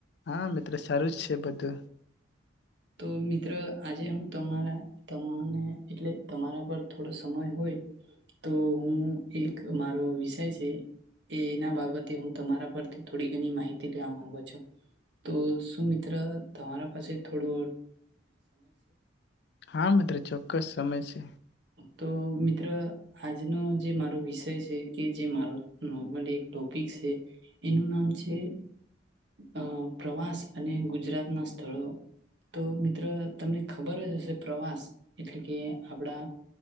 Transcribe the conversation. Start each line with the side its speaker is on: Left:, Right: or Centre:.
Left: હા મિત્ર સારું જ. તે બધુ
Right: તો મિત્ર આજે હું તમારા. તને એટલે તમારા પર થોડો સમય હોય તો હું એક મારો વિષય છે એ એના બાબતે હું તમારા પર થોડી ઘણી માહિતી લેવા માંગો તો સુમિત્ર. તમારા. પાસે થોડું.
Left: હા મિત્રો ચોક્કસ સમય છે.
Right: તો મિત્ર આજનો જે મારો વિષ તેછે કે જે મારો નોર્મલ એક ટોપિક શે એનું નામ છે અ પ્રવાસ અને ગુજરાત ના <unintelligible> તો મિત્ર તમને ખબર જ હશે પ્રવાસ એટલે કે આપડા